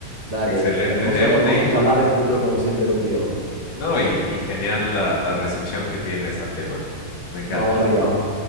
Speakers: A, on the right; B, on the left.
A: Dale,
B: Excelente
A: hermoso,
B: tema
A: hermoso
B: y
A: charlar de fútbol como siempre contigo.
B: no, y, y genial la, la recepción que tienes al tema. Me encanta.
A: Vamos arriba.